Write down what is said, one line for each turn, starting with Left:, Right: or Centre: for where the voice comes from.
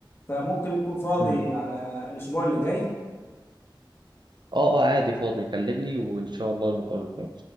Left: فممكن تكون فاضي
Right: مم.
Left: على الأسبوع اللي جاي
Right: اه اه عادي فاضي كلمني وان شاء الله نتقابل تاني